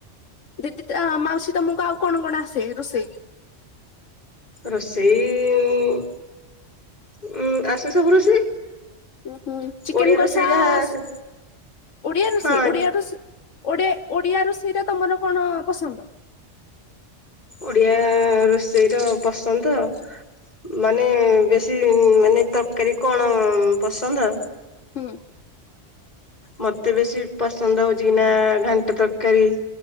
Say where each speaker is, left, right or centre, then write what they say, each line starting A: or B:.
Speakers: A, on the left; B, on the left.
A: ଦିଦି ତା ମାଉସୀ ତମକୁ ଆଉ କଣ କଣ ଆସେ ରୋଷେଇ?
B: ରୋଷେଇ ଇଁ ଉୁଁ ଆସେ ସବୁ ରୋଷେଇ।
A: ଉ ହୁଁ ଚିକେନ୍
B: ଓଡିଆ
A: କଷା
B: ରୋଷେଇ ଯାହା
A: ଆସ୍
B: ଆସେ
A: ଓଡିଆ ରୋଷେଇ
B: ହଁ
A: ଓଡିଆ ରୋଷ୍ ଓଡିଆ ଓଡିଆ ରୁଷେଇଟା ତମର କଣ ପସନ୍ଦ?
B: ଓଡିଆ ରୋଷେଇ ର ପସନ୍ଦ ମାନେ ବେଶୀ ମାନେ ତରକାରୀ କଣ ପସନ୍ଦ?
A: ହୁଁ।
B: ମତେ ବେଶୀ ପସନ୍ଦ ହଉଚ ନା ଘାଣ୍ଟ ତରକାରୀ।